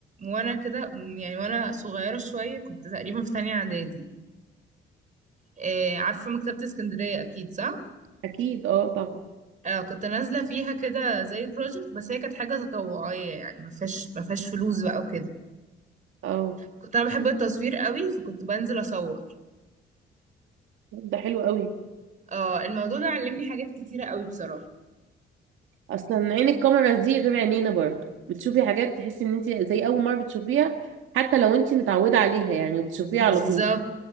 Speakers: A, on the right (about 40°); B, on the right (about 80°).
A: وانا كده يعني وانا صغيره شويه كنت تقريبا في تانية اعدادي آه، عارفه مكتبه اسكندريه اكيد صح
B: اكيد اه طبعا
A: اه كنت نازله فيها كده زي بروجكت بس هي كانت حاجه تطوعيه يعني ما فيهاش ما فيهاش فلوس بقى وكده
B: اه
A: كنت انا بحب التصوير قوي فكنت بنزل اصور
B: ده حلو قوي
A: اه الموضوع ده علمني حاجات كتيره قوي بصراحه
B: اصلا عين الكاميرا دي غير عينينا برضه بتشوفي حاجات تحسي ان انت زي اول مره بتشوفيها حتى لو انت متعوده عليها يعني وبتشوفيها
A: بالظبط
B: على طول